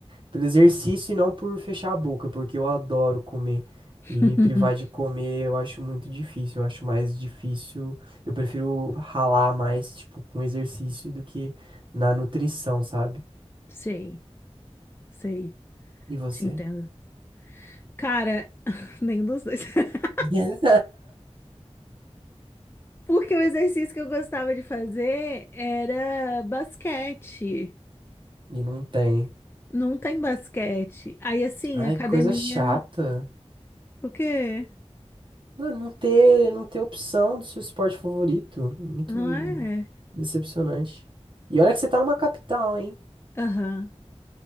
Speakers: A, on the right (about 50°); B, on the left (about 20°).
A: Pelo exercício e não por fechar a boca, porque eu adoro comer.
B: <laughs>
A: E me privar de comer eu acho muito difícil. Eu acho mais difícil. Eu prefiro ralar mais, tipo, com exercício do que na nutrição, sabe?
B: Sei, sei,
A: E você?
B: te entendo. Cara, <laughs> nenhum dos dois. <laughs>
A: <laughs>
B: Porque o exercício que eu gostava de fazer era basquete.
A: E não tem.
B: Não tem basquete. Aí assim,
A: Ai,
B: academia.
A: que coisa chata.
B: O quê?
A: Não, não ter, não ter opção do seu esporte favorito. Muito
B: Não é?
A: decepcionante. E olha que você tá numa capital, hein?
B: Aham.